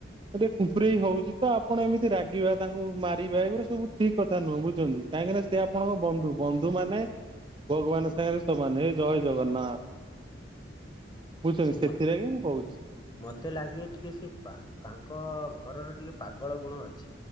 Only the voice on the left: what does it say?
ମୋ
ମତେ ଲାଗେ ଟିକେ ସେ ପା ତାଙ୍କ ଘରର ଟିକେ ପାଗଳ ଗୁଣ ଅଛି।